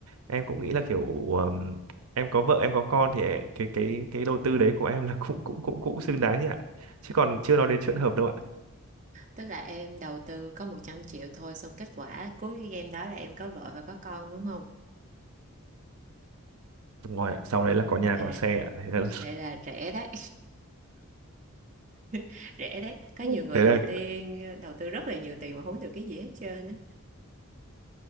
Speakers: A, on the right (about 80°); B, on the right (about 35°).
A: em cũng nghĩ là kiểu ờm, em có vợ em có con thì ẹ- cái cái cái đầu tư đấy của em là <laughs> cũng cũng cũng cũng xứng đáng chứ ạ chứ còn chưa nói đến chuyện hợp đâu ạ
B: tức là em đầu tư có 100 triệu thôi xong kết quả cuối cái game đó là em có vợ và có con đúng không
A: Đúng rồi ạ sau đấy là có nhà
B: vậy
A: có
B: là
A: xe ạ thế là
B: vậy là rẻ đấy <laughs> rẻ đấy có
A: <laughs>
B: nhiều người
A: thế
B: đầu
A: là
B: tiên đầu tư rất là nhiều tiền mà không được cái gì hết trơn á